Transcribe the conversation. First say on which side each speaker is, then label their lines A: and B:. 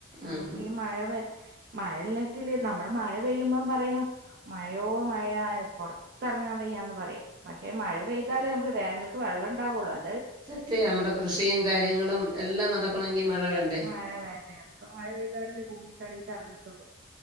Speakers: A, on the right; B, on the right.
A: നമുക്ക്
B: ഉം
A: ഈ മഴ മഴയില്ലെങ്കില് നമ്മള് മഴ പെയ്യുമ്പം പറ- പറയും മഴയോ മഴയ പുറ പുത്തിറങ്ങാൻ വയ്യാ എന്ന് പറയും പക്ഷെ മഴ പെയ്താല് നമുക്ക് വേനല്ക്ക് വെള്ളം ഉണ്ടാവുള്ളൂ അത്
B: മറ്റേ നമ്മുടെ കൃഷിയും കാര്യങ്ങളും എല്ലാം നടക്കണമെങ്കിൽ മഴ വേണം
A: മഴ വേണ്ടേ അപ്പ മഴ പെയ്താലല്ലേ ഭൂമിക്കടിക്ക് ഇറങ്ങത്തുള്ളൂ